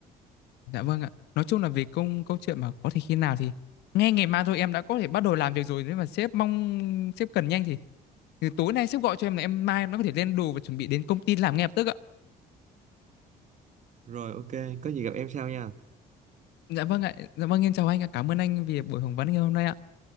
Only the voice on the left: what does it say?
Dạ vâng ạ. Nói chung là về công câu chuyện mà có thể khi nào thì ngay ngày mai thôi em đã có thể bắt đầu làm việc rồi nếu mà sếp mong sếp cần nhanh thì thì tối nay sếp gọi cho em là em mai em đã có thể lên đồ và chuẩn bị đến công ty làm ngay lập tức ạ.
Dạ vâng ạ. Dạ vâng, em chào anh ạ. Cảm ơn anh vì buổi phỏng vấn ngày hôm nay ạ.